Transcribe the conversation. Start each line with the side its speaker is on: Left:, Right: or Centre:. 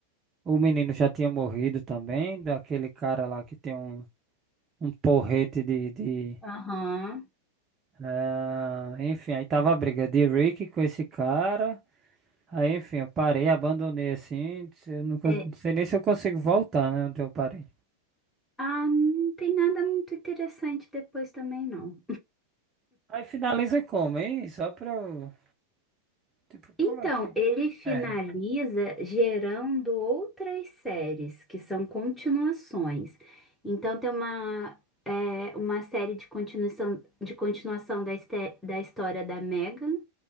Right: o menino já tinha morrido também, daquele cara lá que tem um, um porrete de, de
Centre: Aham.
Right: ah, enfim, aí tava a briga de Rick com esse cara, aí enfim, eu parei, abandonei assim, eu não, cons-
Centre: É.
Right: não sei nem se eu consigo voltar, né, onde eu parei.
Centre: Ah, não tem nada muito interessante depois também, não.
Right: Aí finaliza como, hein? Só pra eu Tipo,
Centre: Então,
Right: como é que
Centre: ele finaliza
Right: ferra?
Centre: gerando outras séries, que são continuações. Então, tem uma, é, uma série de continuação, de continuação da, este- da história da Megan,